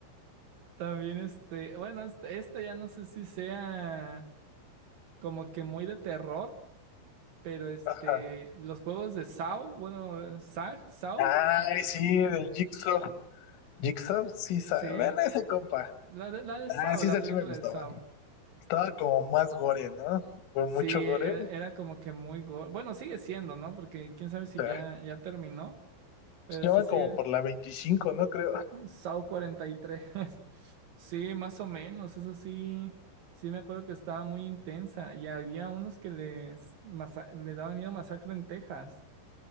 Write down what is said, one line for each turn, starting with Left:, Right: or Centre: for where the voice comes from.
Right: También este, bueno, este, esta ya no sé si sea como que muy de terror, pero este,
Left: Ajá.
Right: los juegos de Saw, bueno, Saw, Saw,
Left: Ay, sí, del Jigsaw. Jigsaw, sí, sabe.
Right: sí,
Left: Bueno, ese compa.
Right: la de, la de
Left: Ah,
Right: Saw,
Left: sí,
Right: la
Left: ese
Right: película
Left: sí me gustaba.
Right: de Saw,
Left: Estaba como más gore, ¿no? Fue
Right: sí,
Left: mucho
Right: era,
Left: gore.
Right: era como que muy, go- bueno, sigue siendo, ¿no? Porque quién sabe si
Left: O sea,
Right: ya, ya terminó, pero
Left: pues ya
Right: sí,
Left: van
Right: sí,
Left: como por la 25, ¿no? Creo.
Right: SAO 43 <laughs> Sí, más o menos, eso sí, sí me acuerdo que estaba muy intensa y había unos que les masa- le daban miedo masacre en Texas.